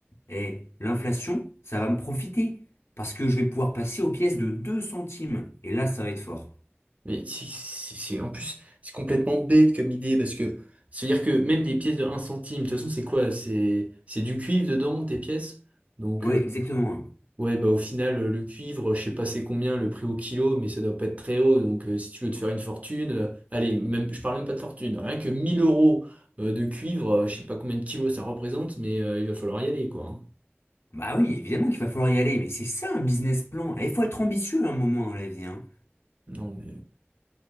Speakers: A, on the left; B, on the right.
A: et l'inflation, ça va me profiter. Parce que je vais pouvoir passer aux pièces de 2 centimes. Et là, ça va être fort.
B: Mais c'est, c'est- c'est- en plus, c'est complètement bête comme idée parce que c'est-à-dire que même des pièces de un centime, de toute façon, c'est quoi? C'est c'est du cuivre dedans, tes pièces? Donc,
A: Oui,
B: euh,
A: exactement.
B: ouais, bah au final, euh, le cuivre, je sais pas c'est combien le prix au kilo, mais ça doit pas être très haut. Donc, euh, si tu veux te faire une fortune, euh, allez, même, je parle même pas de fortune, rien que 1000 euros euh, de cuivre, euh, je sais pas combien de kilos ça représente, mais euh, il va falloir y aller, quoi. hein.
A: Bah oui, évidemment qu'il va falloir y aller, mais c'est ça un business plan. Et Il faut être ambitieux à un moment dans la vie. Hein.
B: Non, mais